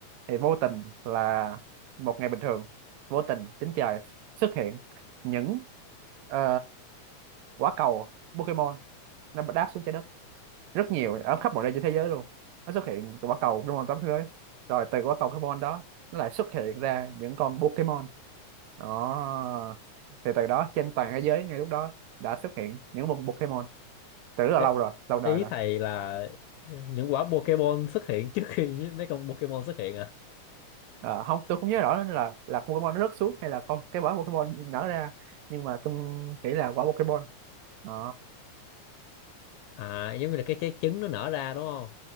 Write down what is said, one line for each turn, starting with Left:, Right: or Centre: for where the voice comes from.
Right: thì vô tình là một ngày bình thường vô tình trên trời xuất hiện những ờ, quả cầu Pokemon nó đáp xuống trái đất rất nhiều ở khắp mọi nơi trên thế giới luôn nó xuất hiện từ quả cầu Pokemon tám thế giới rồi từ quả cầu Pokemon đó nó lại xuất hiện ra những con Pokemon đó thì từ đó trên toàn thế giới ngay lúc đó đã xuất hiện những con Pokemon từ rất là
Left: Ê,
Right: lâu rồi lâu đời
Left: ý
Right: rồi
Left: thầy là những quả Pokemon xuất hiện trước khi <laughs> mấy con Pokemon xuất hiện à?
Right: Ờ, không tôi không nhớ rõ nữa là là con Pokemon nó rớt xuống hay là con cái quả Pokemon nở ra nhưng mà tôi nghĩ là quả Pokemon Ờ,
Left: à giống như là cái trái trứng nó nở ra đúng không